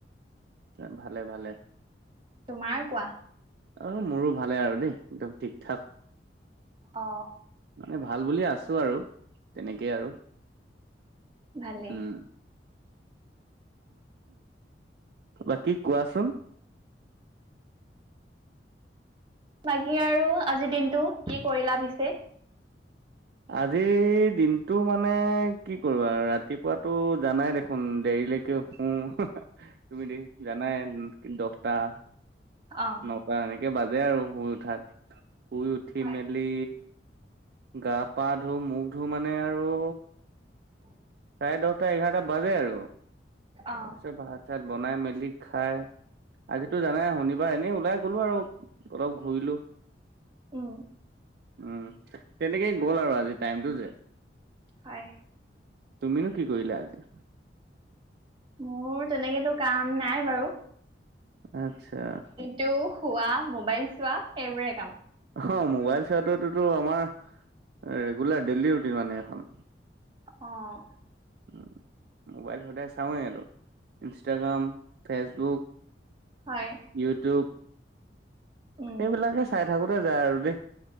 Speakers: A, on the right (about 60°); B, on the right (about 25°).
A: এ ভালে ভালে।
B: তোমাৰ কোৱা?
A: অ মোৰো ভালে আৰু দেই, একদম ঠিক ঠাক।
B: অ
A: মানে ভাল বুলিয়ে আছোঁ আৰু তেনেকেই আৰু।
B: ভালে।
A: উম, বাকী কোৱাচোন।
B: বাকী আৰু আজিৰ দিনটো কি কৰিলা পিছে?
A: আজিৰ দিনটো মানে কি কৰো আৰু ৰাতিপুৱাতো জানাই দেখোন দেৰিলৈকে কে খুও তুমি দেশ জানাই দহটা
B: অ'।
A: <unintelligible> এনেকে বাজে আৰু শুই উঠাত, শুই উঠি
B: হয়
A: মেলি গা পা ধু মুখ ধু মানে আৰু
B: <inaudible>
A: চাৰে দহটা এঘাৰটা বাজে আৰু,
B: অ
A: তাৰপিছত ভাত চাত বনাই মেলি খাই আজিতো জানাই শনিবাৰ এনেই ওলাই গলো আৰু অলপ ঘূৰিলো।
B: উম।
A: উম, তেনেকেই গ'ল আৰু আজি টাইমটো যে।
B: হয়।
A: তুমিনো কি কৰিলা আজি।
B: মোৰ তেনেকেতো কাম নাই বাৰু।
A: আচ্ছা।
B: তেওঁ খোৱা মোবাইল চোৱা সেইবোৰে কাম।
A: অ' মোবাইল চোৱাটোতো আমাৰ ৰেগুলাৰ ডেইলি ৰুটিন মানে এখন।
B: অ'।
A: উম, মোবাইল সদায় চাওঁৱেই আৰু ইনষ্টাগ্ৰাম ফেচবুক,
B: হয়
A: ইউটিউব
B: উম
A: সেইবিলাকে চাই থাকোতে যায় আৰু দেই,